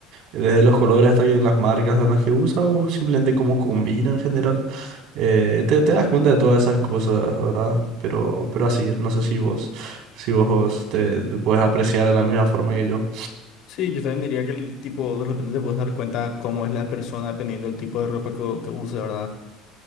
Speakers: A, on the right; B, on the left.
A: Desde los colores hasta que las marcas en las que usa o simplemente cómo combina en general. Eh, te, te das cuenta de todas esas cosas, ¿verdad? Pero, pero así, es, no sé si vos, si vos te, te puedes apreciar de la misma forma que yo.
B: Sí, yo también diría que el tipo, de repente te puedes dar cuenta cómo es la persona dependiendo del tipo de ropa que, que use, ¿verdad?